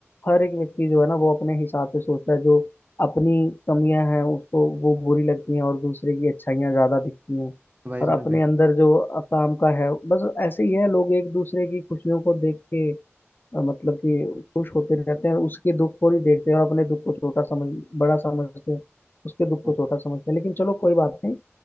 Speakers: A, on the left; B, on the right.
A: हर एक व्यक्ति जो है ना वो अपने हिसाब से सोचता है जो अपनी कमियां हैं उसको वो बुरी लगती हैं और दूसरे की अच्छाइयां ज्यादा दिखती हैं
B: तो भाई
A: और
B: तुमने
A: अपने
B: बिल्कुल
A: अंदर जो काम का है बस ऐसे ही है लोग एक दूसरे की खुशियों को देख के अ, मतलब कि खुश होते रहते हैं और उसके दुख को ही देखते हैं और अपने दुख को छोटा समझ बड़ा समझते हैं उसके दुख
B: वो-
A: को छोटा समझते हैं लेकिन चलो कोई बात नहीं